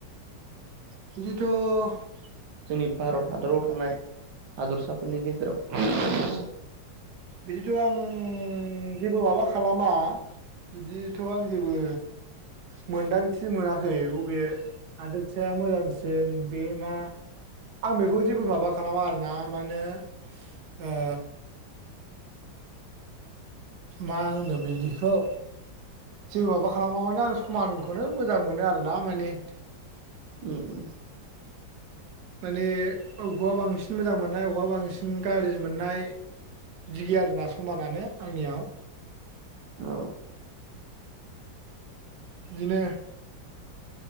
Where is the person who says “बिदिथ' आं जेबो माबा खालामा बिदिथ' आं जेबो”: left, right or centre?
Right